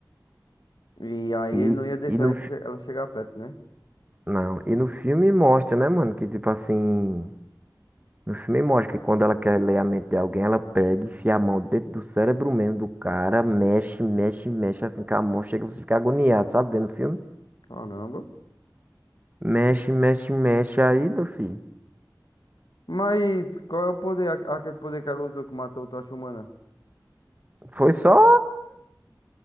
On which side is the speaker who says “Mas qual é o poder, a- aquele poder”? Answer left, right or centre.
Left